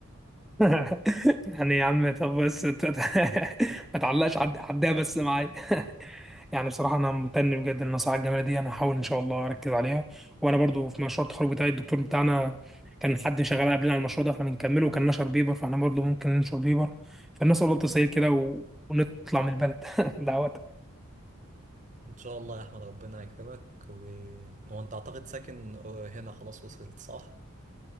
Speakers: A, in the centre; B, on the right (about 35°).
A: <laughs> يعني يا عم طب بس ت- ت- <laughs> ما تعلقش عد... عدها بس معايا <laughs> يعني بصراحة أنا ممتن بجد للنصائح الجميلة دي أنا هحاول إن شاء الله أركز عليها وأنا برضو في مشروع التخرج بتاعي الدكتور بتاعنا كان حد شغال قبلنا على المشروع ده فإحنا بنكمله وكان نشر بيبر فإحنا برضو ممكن ننشر بيبر فالناس والله تسير كده و... ونطلع من البلد <laughs> دعوات
B: ان شاء الله يا احمد ربنا يكرمك و... وانت اعتقد ساكن آه، هنا خلاص وصلت صح